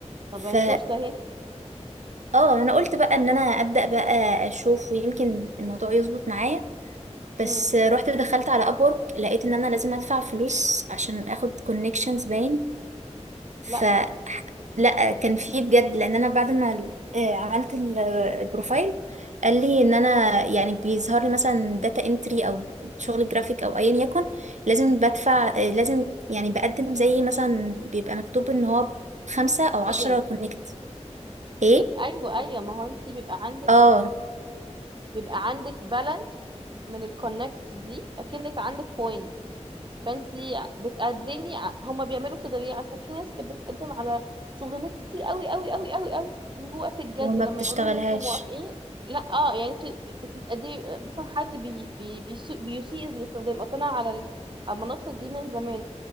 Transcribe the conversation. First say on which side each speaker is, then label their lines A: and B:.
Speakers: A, on the right; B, on the right.
A: طب
B: ف
A: ما هي فرصة اهي
B: اه انا قلت بقى ان انا ابدأ بقى اشوف ويمكن الموضوع يظبط معايا بس
A: مم.
B: آه، رحت دخلت على ابورك لقيت ان انا لازم ادفع فلوس عشان اخد كونكشنز باين ف
A: لا
B: لا كان في بجد لان انا بعد ما ال- آه، عملت ال- البروفايل قال لي ان انا يعني بيظهر لي مثلا داتا انتري او شغل جرافيك او ايا يكن لازم بدفع آه، لازم يعني بقدم زي مثلا بيبقى مكتوب ان هو خمسة او
A: بيدنج
B: عشرة كونكت
A: بيد...
B: ايه
A: ايوه ايوه ما هو انت بيبقى عندك
B: اه
A: بيبقى عندك بالانس من الكونكتس دي اكنك عندك بوينت فانت بتقدمي ع- هما بيعملوا كده ليه عشان في ناس كانت بتقدم على شغلانات كتير قوي قوي قوي قوي قوي بيجوا وقت الجد
B: وما
A: لما
B: بتشتغلهاش
A: يقولوا لهم انتوا موافقين لا اه يعني انت انت بتقدمي مثلا حد بي... بي... بيسيء بيسيء الاستخدام اصلا أنا على ال- على المنصه دي من زمان